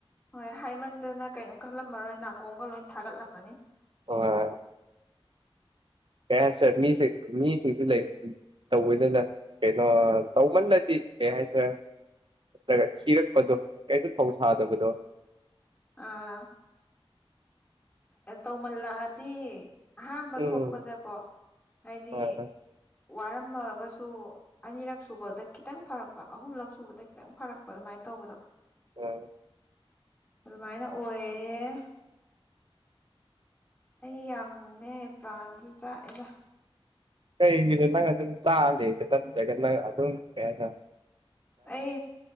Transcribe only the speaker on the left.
ꯍꯣꯏ ꯍꯥꯏꯃꯟꯗꯅ ꯀꯔꯤꯝ ꯈꯜꯂꯝꯃꯔꯣꯏ ꯅꯥꯀꯣꯡꯒ ꯂꯣꯏ ꯊꯥꯒꯠꯂꯝꯃꯅꯤ
ꯑꯥ ꯇꯧꯃꯜꯂꯛꯑꯗꯤ ꯑꯍꯥꯟꯕ
ꯊꯣꯛꯄꯗꯀꯣ ꯍꯥꯏꯗꯤ
ꯋꯥꯔꯝꯃꯒꯁꯨ ꯑꯅꯤꯔꯛ ꯁꯨꯕꯗ ꯈꯤꯇꯪ ꯐꯥꯔꯛꯄ ꯑꯍꯨꯝꯂꯛ ꯁꯨꯕꯗ ꯈꯤꯇꯪ ꯐꯔꯛꯄ ꯑꯗꯨꯃꯥꯏꯅ ꯇꯧ ꯇꯕꯗꯣ
ꯑꯗꯨꯃꯥꯏꯅ ꯑꯣꯏꯌꯦꯦ ꯑꯩ ꯌꯥꯝꯅꯦ ꯄ꯭ꯔꯥꯟꯁꯦ ꯆꯥꯛꯑꯦꯗ
ꯑꯩ